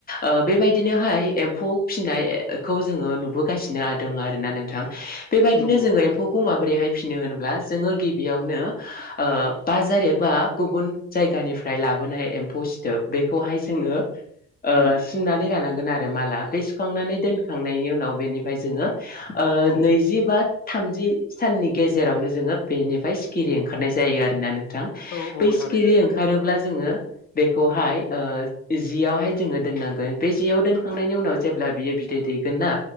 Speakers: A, on the left; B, on the left.
A: ओ बेबायदिनोहाय एम्फौ फिसिनायखौ जोङो नुबोगासिनोदों आरो। ना नोंथां बेबायदिनो
B: नंगौ
A: जोङो
B: नोंथां
A: एम्फौखौ माबोरैहाय फिसिनो होनब्ला जोङो गिबियावनो ओ बाजार एबा गुबुन जायगानिफ्राय लाबोनाय एम्फौ सिथोब बेखौहाय जोङो ओ
B: उम
A: सिननानै लानांगोन आरो माला बे सुखांनानै दोनखांनायनि उनाव बेनिफ्राय जोङो ओ
B: औ
A: नैजि बा थामजि साननि गेजेरावनो जोङो बेनिफाय सिखिरि ओंखारनाय जायो आरोना नों थां
B: औ औ
A: बै
B: थारैनो
A: सिखिरि
B: थारैनो
A: ओंखारोब्ला जोङो बेखौहाय ओ जियावहाय जोङो दोननांगोन बे जियाव दोनखांनायनि उनाव जेब्ला बियो बिदै दैगोन ना